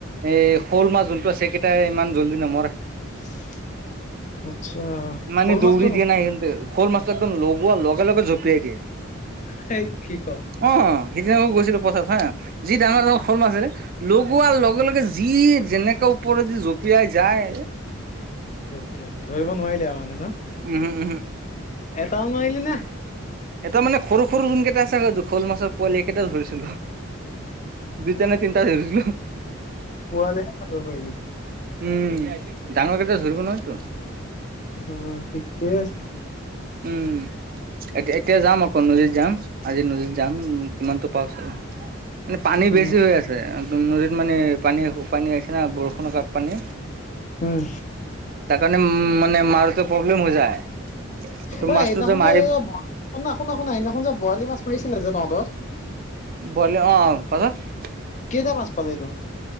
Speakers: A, on the right (about 45°); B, on the left (about 35°).
A: এই শ'ল মাছ যোনটো আছে, কেইটাই ইমান জল্দি নমৰে।
B: <inaudible> আচ্ছা,
A: মানে
B: শ'ল
A: দৌৰি
B: মাছটো ন
A: দিয়া নাই সেইতে, শ'ল মাছটো একদম লগোৱা লগে লগে জপিয়াই দিয়ে।
B: হেই কি ক'
A: অ সিদিনা মই গৈছিলো পথাৰত হা, যি ডাঙৰ ডাঙৰ
B: আহ
A: শ'ল মাছ আছে লগোৱাৰ লগে-লগে যি যেনেকৈ ওপৰেদি জঁপিয়াই যায়।
B: তেত্তে ধৰিব নোৱাৰিলে আৰু মানে ন,
A: উমহু, উমহু,
B: এটাও নোৱাৰিলি নে?
A: এটা মানে সৰু-সৰু যোন কেইটা আছে, শ'ল মাছৰ পোৱালি এই কেইটাও ধৰিছিলো। দুটা নে তিনিটা ধছিলো।
B: পোৱালিহে ধৰিব পাৰিলি
A: উম' ডাঙৰকেইটা ধৰিব নৱাৰিটো।
B: অ ঠিকেই আছে
A: উম' এতিয়া এতিয়া যাম আকৌ নদীত যাম আজি নদীত যাম কিমানটো পাও চাও। মানে পানী
B: অ
A: বেছি হৈ আছে একদম নদীত মানে পানী পানী আহছে না বৰষুণৰ কা পানী,
B: উম
A: তাৰ কাৰণে উম মানে মাৰাটো প্ৰব্লেম হৈ যায়। তোৰ
B: অ
A: মাছটো
B: সেইদিনাখন
A: যে মাৰি,
B: শুনা, শুনা, শুনা সিদিনাখন যে বৰালি মাছ মাৰিছিলে যে তহঁত,
A: বৰালি অ পাছত-
B: কেইটা মাছ পালে ত,